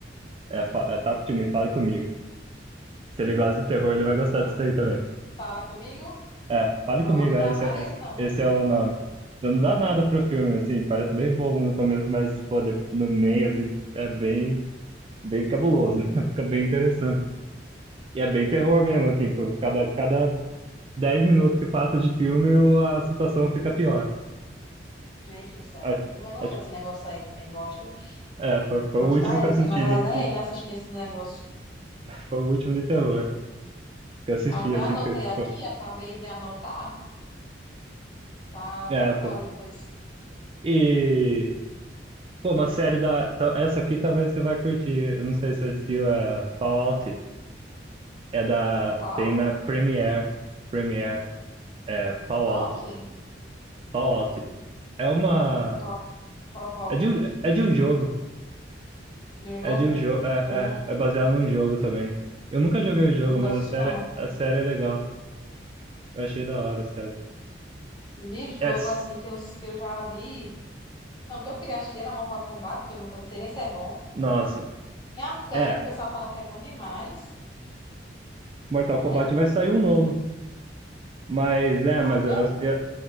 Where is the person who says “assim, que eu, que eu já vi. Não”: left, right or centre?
Left